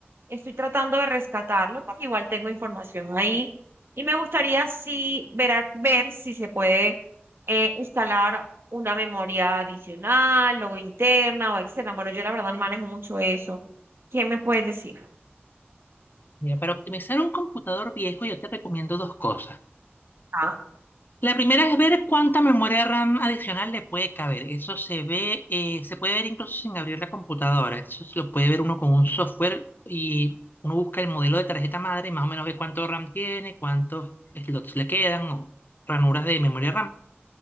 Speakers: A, on the right; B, on the left.
A: estoy tratando de rescatarlo, porque igual tengo información ahí y me gustaría sí ver, a- ver si se puede eh, instalar una memoria adicional o interna o externa. Bueno, yo la verdad no manejo mucho eso. ¿Qué me puedes decir?
B: Mira, para optimizar un computador viejo yo te recomiendo dos cosas.
A: Ah,
B: La primera es ver cuánta memoria RAM adicional le puede caber. Eso se ve, eh, se puede ver incluso sin abrir la computadora. Eso se lo puede ver uno con un software y uno busca el modelo de tarjeta madre y más o menos ve cuánto RAM tiene, cuántos slots le quedan o ranuras de memoria RAM.